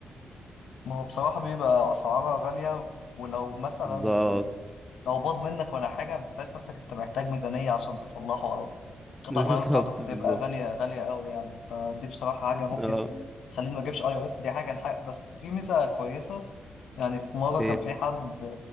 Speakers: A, on the left; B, in the centre.
A: ما هو بصراحة بيبقى اسعارها غالية ولو مثلا
B: بالظبط
A: لو باظ منك ولا حاجة بتحس نفسك انت محتاج ميزانية عشان تصلحه او قطع
B: <laughs> بالظبط
A: الغيار بتاعته بتبقى
B: بالظبط
A: غالية غالية قوي يعني فدي بصراحة حاجة ممكن
B: اه
A: تخليني ما اجيبش اي او اس دي حاجة نحق. بس في ميزة كويسة يعني في مرة
B: ايه
A: كان في حد